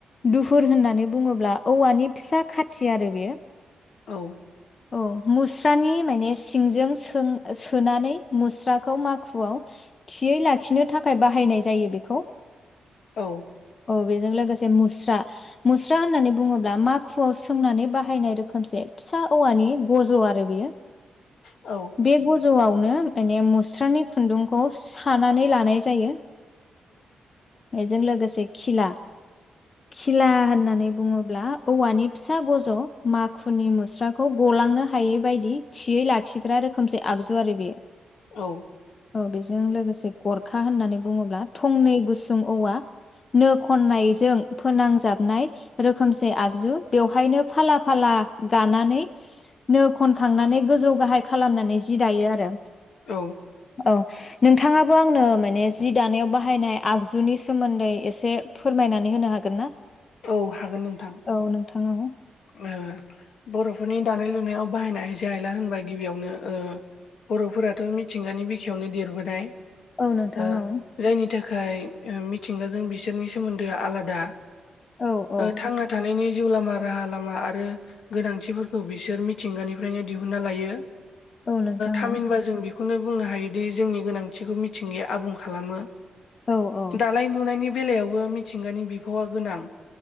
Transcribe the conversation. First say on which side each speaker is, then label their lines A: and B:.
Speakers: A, on the left; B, on the left.
A: दुफुर होननानै बुङोब्ला औवानि फिसा खाथि आरो बेयो।
B: औ
A: औ मुस्रानि माने सिंजों सों-सोनानै मुस्राखौ माखुआव थियै लाखिनो थाखाय बाहायनाय जायो बेखौ।
B: औ
A: औ बेजों लोगोसे मुस्रा। मुस्रा होननानै बुङोब्ला मा- खुवाव सोंनानै बाहायनाय रोखोमसे फिसा औवानि गज' आरो बेयो।
B: औ
A: बे गजआवनो माने मुस्रानि खुन्दुंखौ सानानै ला- नाय जायो। बेजों लोगोसे खिला। खिला होननानै बुङोब्ला औवानि फिसा गज' माखुनि मुस्राखौ गलांनो हायै बायदि थियै लाखिग्रा रोखोमसै आगजु आरो बेयो।
B: औ
A: औ बेजों लोगोसे गरखा होननानै बुङोब्ला थंनै गुसुं औवा। नो खननायजों फोनांजाबनाय रोखोमसे आगजु बेवहायनो फाला फाला गानानै नो खनखांनानै गोजौ गाहाय खालामनानै जि दायो आरो
B: औ
A: औ नोंथाङाबो आंनो माने जि दानायाव बाहायनाय आगजुनि सोमोन्दै एसे फोरमायनानै होनो हागोन ना।
B: औ हागोन नोंथां।
A: औ नोंथां औ
B: ओ बर'फोरनि दानाय लुनायाव बाहायनाय आयजें आयला होनबा गिबियावनो ओ। बर'फोराथ' मिथिंगानि बिखायावनो देरबोनाय
A: औ नोंथां
B: ओ
A: औ
B: जायनि थाखाय ओ मिथिंगाजों बिसोरनि सोमोन्दोआ आलादा।
A: औ औ
B: ओ थांना थानायनि जिउ लामा राहा लामा आरो गोनांथिफोरखौ बिसोर मिथिंगानिफ्रायनो दिहुनना लायो
A: औ नोंथां
B: थामहिनबा जों बेखौ बेखौनो बुंनो हायोदि जोंनि गोनांथिखौ मिथिंगाया आबुं खालामो।
A: औ औ
B: दानाय लुनायनि बेलायावबो मिथिंगानि बिफावा गोनां